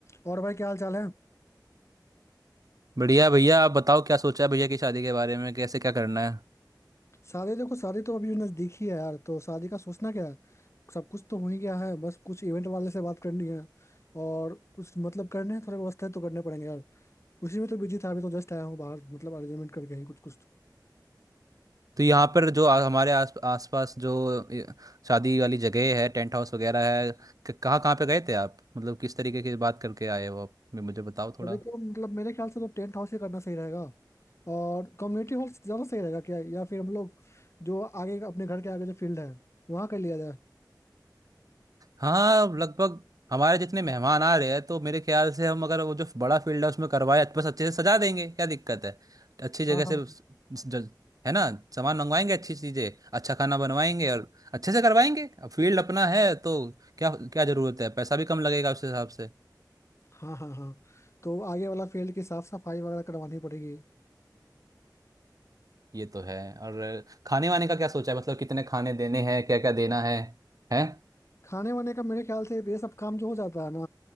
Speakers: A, on the left; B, on the right.
A: और भाई क्या हाल चाल है
B: बढ़िया भैया आप बताओ क्या सोचा है भैया की शादी के बारे में कैसे क्या करना है
A: शादी देखो शादी तो अभी नजदीक ही है यार तो शादी का सोचना क्या है सब कुछ तो हो ही गया है बस कुछ इवेंट वाले से बात करनी है और कुछ मतलब करने हैं थोड़े व्यवस्था तो करने पड़ेंगे यार उसी में तो बिजी था अभी तो जस्ट आया हूँ बाहर मतलब अरेंजमेंट करके ही कुछ कुछ
B: तो यहाँ पर जो आ, हमारे आस आसपास जो ये, शादी वाली जगह है टेंट हाउस वगैरह है क- कहाँ कहाँ पे गए थे आप मतलब किस तरीके की बात करके आए हो आप मुझे बताओ थोड़ा
A: तो देखो मतलब मेरे ख्याल से तो टेंट हाउस ही करना सही रहेगा और कम्युनिटी हॉल ज़्यादा सही रहेगा क्या या फिर हम लोग जो आगे अपने घर के आगे जो फील्ड है वहाँ कर लिया जाए
B: हाँ लगभग हमारे जितने मेहमान आ रहे हैं तो मेरे ख्याल से हम अगर वो जो बड़ा फील्ड है उसमें करवाए बस अच्छे से सजा देंगे क्या दिक्कत है अच्छी जगह
A: हाँ हाँ
B: से स- ज- है ना सामान मंगवाएंगे अच्छी चीजें अच्छा खाना बनवाएंगे और अच्छे से करवाएंगे अब फील्ड अपना है तो क्या क्या जरूरत है पैसा भी कम लगेगा उस हिसाब से
A: हाँ हाँ हाँ तो आगे वाला फील्ड की साफ सफाई वगैरह करवानी पड़ेगी
B: ये तो है और खाने वाने का क्या सोचा है मतलब कितने खाने देने हैं क्या क्या देना है हैं
A: खाने वाने का मेरे ख्याल से ये सब काम जो हो जाता है ना